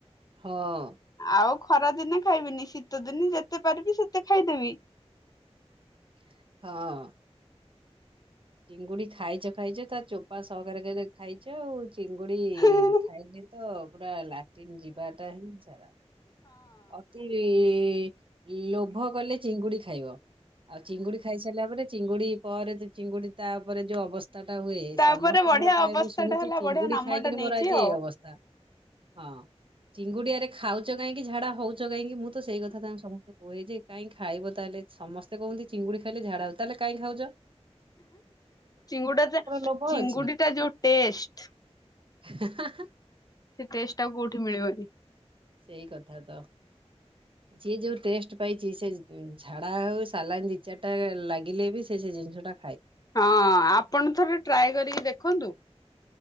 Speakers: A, on the right (about 50°); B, on the left (about 35°).
A: ହଁ।
B: ଆଉ ଖରା ଦିନେ ଖାଇବିନି ଶୀତ ଦିନେ ଯେତେ ପାରିବି ସେତେ ଖାଇଦେବି।
A: ହଁ। ଚିଙ୍ଗୁଡି ଖାଇଚ ଖାଇଚ ତା ଚୋପା ସହକାର କେ ଖାଇଛ ଆଉ। ଚିଙ୍ଗୁଡି
B: ହଁ।
A: ଖାଇଲେ ତ ପୁରା ଲାଟିନ୍ ଯିବାଟା ହିଁ ସାରା। ଅତି ଲୋଭ କଲେ ଚିଙ୍ଗୁଡି ଖାଇବ ଆଉ ଚିଙ୍ଗୁଡି ଖାଇସାରିଲା ପରେ ଚିଙ୍ଗୁଡି ପରେ ଚିଙ୍ଗୁଡି ତା ପରେ ଯୋଉ ଅବସ୍ ତା ଟା ହୁଏ
B: ତାପରେ
A: ସମସ୍ତଙ୍କର
B: ବଢିଆ
A: ପ୍ରାୟ
B: ଅବସ୍ଥା
A: ମୁଁ ଶୁଣିଛି
B: ଟା ହେଲା
A: ଚିଙ୍ଗୁଡି
B: ବଢିଆ ନାମ
A: ଖାଇକରି
B: ଟା ନେଇଛି
A: ମୋର ଆଜି ଏଇ
B: ଆଉ।
A: ଅବସ୍ତା ହଁ। ଚିଙ୍ଗୁଡିଆରେ ଖାଉଚ କାହିଁକି ଝାଡା ଚ କାଇଁକି ମୁଁ ତ ସେଇ କଥା ତଁ ସମସ୍ତ କୁହେ ଯେ କାଇହିଁ ଖାଇବ ତାହେଲେ ସମସ୍ତେ କୁହନ୍ତିି ଚିଙ୍ଗୁଡ଼ି ଖାଇଲେ ଝାଡ଼ା ତାହେଲେ କାଇଁ ଖାଉଚ?
B: ଚିଙ୍ଗୁଡି
A: ଲୋଭ
B: ଚିଙ୍ଗୁଡି
A: ଅଛି।
B: ଟା ଯୋଉ ଟେଷ୍ଟ
A: <unintelligible>
B: ସେ ଟେଷ୍ଟ୍ ଆଉ କୋଉଠି ମିଳିବନି।
A: ସେଇ କଥା ତ ସିଏ ଯୋଉ ଟେଷ୍ଟ୍ ପାଇଚି ସେ ଝାଡ଼ା ହୋଉ ସାଲାନ୍ ଦି ଚାର୍ ଟା ଲାଗିଲେ ବି ସି ସେ ଜିନ୍ଷଟା
B: ହଁ ଆପଣ ଥରେ ଟ୍ରାଏ କରିକି ଦେଖନ୍ତୁ।